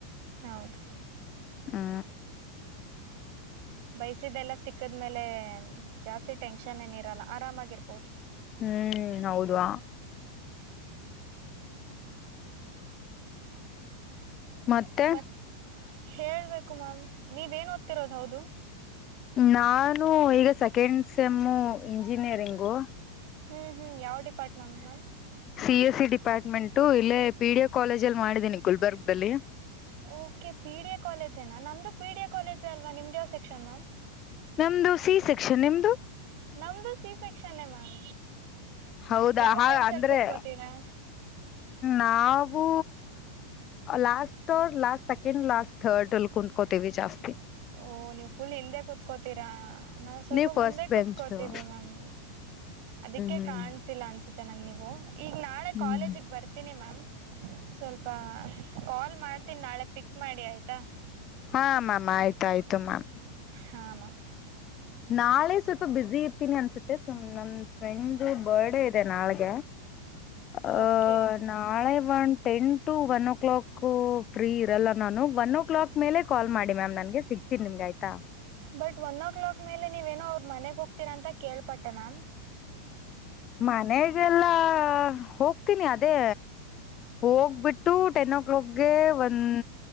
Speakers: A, on the right; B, on the left.
A: ಹೌದು
B: ಹಾ
A: ಬೈಸಿದೆೆಲ್ಲ ಸಿಕ್ಕದ್ಮೇಲೆ ಜಾಸ್ತಿ ಟೆನ್ಷನ್ ಏನ ಇರಲ್ಲ ಆರಾಮಾಗಿರ್ಬೋದು
B: ಹ್ಮ್ ಹೌದುವ ಮತ್ತೆ
A: ಮತ್ತು ಹೇಳಬೇಕು ಮ್ಯಾಮ್ ನೀವೇನು ಓದ್ತಿರೋದು ಹೌದು
B: ನಾನು ಈಗ ಸೆಕೆಂಡ್ ಸೆಮ್ಮು ಇಂಜಿನಿಯರಿಂಗು
A: ಹ್ಮ್ ಹ್ಮ್ ಯಾವ್ department ma'am
B: C S C department ಇಲ್ಲೇ ಪಿ ಡಿ ಎ ಕಾಲೇಜ ಅಲ್ಲಿ ಮಾಡಿದೀನಿ ಗುಲ್ಬರ್ಗ್ಲ್ಲಿ
A: ಓಕೆ ಪಿ ಡಿ ಎ ಕಾಲೇಜೇನಾ ನಂದು ಪಿ ಡಿ ಎ ಕಾಲೇಜ ಅಲ್ವಾ ನಿಮ್ದು ಯಾವ ಸೆಕ್ಷನ್ ಮ್ಯಾಮ್
B: ನಮ್ದು ಸಿ ಸೆಕ್ಷನ್ ನಿಮ್ದು
A: ನಮ್ದು ಸಿ ಸಸೆಕ್ಷನ್ನೇ ಮ್ಯಾಮ್
B: ಹೌದಾ
A: ಯಾವ
B: ಹಾ
A: ಬೆಂಚಲ್ಲಿ
B: ಅಂದ್ರೆ
A: ಕೂತ್ಕೋತೀರಾ
B: ನಾವು last <unintelligible> last second last third ಅಲ್ಲಿ ಕುತ್ಕೋತೇವಿ ಜಾಸ್ತಿ
A: ಓಹ ನೀವು್ ಫುಲ್ ಹಿಂದೆ ಕೂತ್ಕೋತೀರಾ ನಾವು ಸ್ವಲ್ಪ
B: ನೀವ್ ಫಸ್ಟ್
A: ಮುಂದೆ ಕೂತ್ಕೋತೀವಿ
B: ಬೆಂಚ್ ಹ್ಮ್
A: ಮಾಮ್ ಅದಕ್ಕೆ
B: ಹ್ಮ್
A: ಕಾಣಸಿಲ್ಲ ಅನ್ಸುತ್ತೆ <unintelligible> ನೀವು ಈಗ ನಾಳೆ
B: ಹ್ಮ್
A: ಕಾಲೇಜಿಗೆ ಬರ್ತೀನಿ ಮ್ಯಾಮ್ ಸ್ವಲ್ಪ ಕಾಲ್ ಮಾಡ್ತೀನಿ ನಾಳೆ ಪಿಕ್ ಮಾಡಿ ಆಯ್ತಾ
B: ಹಾಾಮ ಆಯ್ತ ಆಯ್ತು ತ್ತುಮ <unintelligible>
A: ಹಾನ <unintelligible>
B: ನಾಳೆ ಸ್ವಲ್ಪ ಬಿಸಿ ಇರ್ತೀನಿ ಅನ್ಸುತ್ತೆ ಸಮ್ <unintelligible> ನನ್ ಫ್ರೆಂಡು ಬರ್ಡೇ ಇದೆ ನಾಳಗೆ ಅಹ್
A: ಓಕೆ
B: ನಾಳೆ one ten <unintelligible> to one o'clock free ಇರಲ್ಲ ನಾನು ಒನ್ ಓ ಕ್ಲಾಕ್ ಮೇಲೆ ಕಾಲ್ ಮಾಡಿ ಮ್ಯಾಮ್ ನನಗೆ ಸಿಗ್ತೀನಿ ನಿಮ್ಗೆ ಆಯ್ತಾ
A: ಬಟ್ ಒನ್ ಓ ಕ್ಲಾಕ್ ಮೇಲೆ ನೀವೇನೋ ಅವ್ರ ಮನೆಗೆ ಹೋಗ್ತೀರಾ ಅಂತ ಕೇಳ್ಪಟ್ಟೆ ಮ್ಯಾಮ್
B: ಮನೆಗೆಲ್ಲ <unintelligible> ಹೋಗ್ತೀನಿ ಅದೇ ಹೋಗ್ಬಿಟ್ಟು ಟೆನ್ ಓ ಕ್ಲಾಕ್ಗೆ ಒಂದ